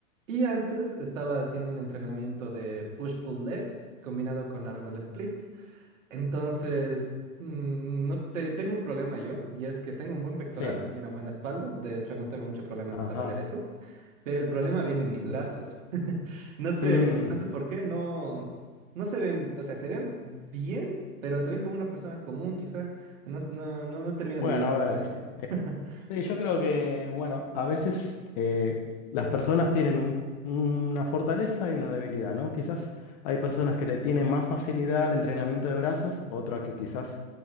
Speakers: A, on the right; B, on the left.
A: Y antes estaba haciendo un entrenamiento de push-pull legs combinado con Arnold Split. Entonces, mm, no te, tengo un problema yo, y es que tengo un buen pectoral
B: sí.
A: y una buena espalda. De hecho, no tengo mucho problema en
B: Ajá.
A: desarrollar eso,
B: <laughs>
A: pero el problema viene en mis brazos. <laughs> No sé,
B: Mm,
A: no sé por qué, no, no se ven, o sea, se ven bien, pero se ven como una persona común, quizás. No, no, no, no terminan
B: Bueno,
A: de desarrollar
B: a ver.
A: bien. <laughs>
B: Sí, yo creo que, bueno, a veces eh, las personas tienen un- una fortaleza y una debilidad, ¿no? Quizás hay personas que le tienen más facilidad al entrenamiento de brazos, otras que quizás